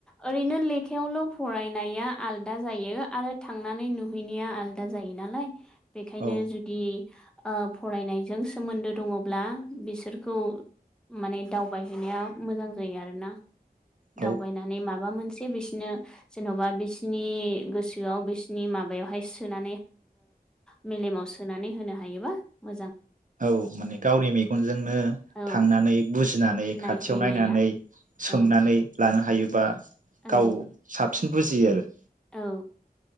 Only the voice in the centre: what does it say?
ओरैनो लेखायावल फरायनाया आलदा जायो आरो थांनानै नुहैनाया आलदा जायो नालाय बेखायनो
जुदि ओ फरायनायजों सोमोन्दो दङब्ला बिसोर खौ माने दावबायहैनाया मोजां जायो आरोना
दावबायनानै माबा मोनसे बिसनो जेनबा बिसिनि गोसो बिसिनि माबायाव हाय सोना मेलेमाव सोनानै होनो हायोबा मो
औ
नायहैनाया
औ
औ
औ।